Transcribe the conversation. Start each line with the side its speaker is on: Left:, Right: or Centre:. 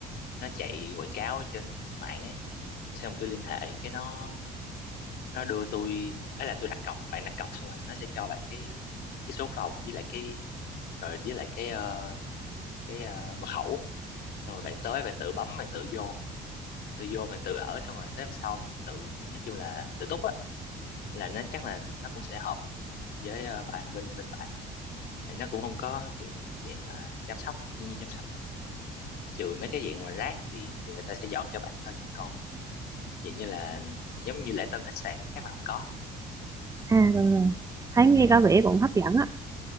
Left: nó chạy quảng cáo trên mạng ấy Cái xong tôi liên hệ cái nó nó đưa tôi ấy là tôi đặt cọc bạn đặt cọc xong rồi nó sẽ cho bạn cái cái số phòng với lại cái rồi với lại cái ờ, cái ờ, mật khẩu xong rồi bạn tới bạn tự bấm bạn tự vô tự vô mình tự ở xong rồi tới hôm sau mình tự nói chung là tự túc á là nó chắc là nó cũng sẽ hợp với ờ, bạn bên bên bạn tại nó cũng không có kiểu dạng mà chăm sóc như chăm sóc đâu trừ mấy cái dạng mà rác thì thì người ta sẽ dọn cho bạn thôi chứ còn dạng như là giống như lễ tân khách sạn chắc là không có
Right: à rồi rồi thấy nghe có vẻ cũng hấp dẫn á